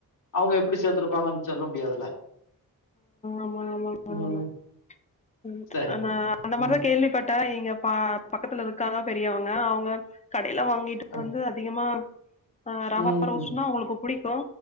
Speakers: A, on the left (about 60°); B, on the left (about 20°).
A: அவுங்க எப்டி சேத்துருப்பாங்கன்னு சொல்ல முடியாதுல
B: ஆமா ஆமா ஆமாங்க
A: ம்
B: ம்
A: சரிங்க
B: அந்த
A: மேடம்
B: அந்த மாரிதா
A: ம்
B: கேள்விப்பட்ட இங்க ப பக்கத்துல இருக்காங்க பெரியவங்க அவுங்க கடைல வாங்கிட்டு
A: அ
B: வந்து அதிகமா ஆ ரவா
A: ம்
B: ரோஸ்ட்னா
A: ம்
B: அவுங்ளுக்கு புடிக்கு